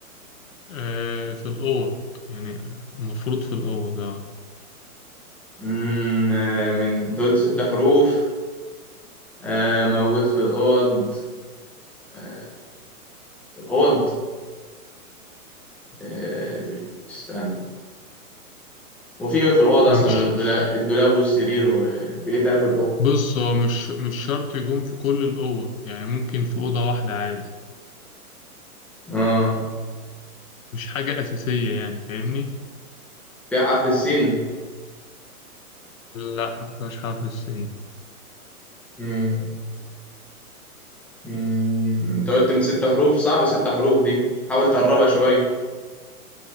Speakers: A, on the left (about 60°); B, in the centre.
A: آه. في الأوض يعني المفروض في الأوض اه
B: مم، آه، من دول ست حروف آه، موجود في الأوض آه، في الأوض آه، استنى وفي إيه في الأوض أصلا
A: يعني مش
B: غير الدولاب الدولاب والسرير وفي إيه تاني في الأوض؟
A: بص هو مش مش شرط يكون في كل الأوض يعني ممكن في أوضة واحدة عادي
B: آه
A: مش حاجة أساسية يعني فاهمني؟
B: فيها حرف السين
A: لا مش حرف السين
B: مم. مم، أنت قلت من ست حروف صعب ست حروف دي حاول تقربها شوية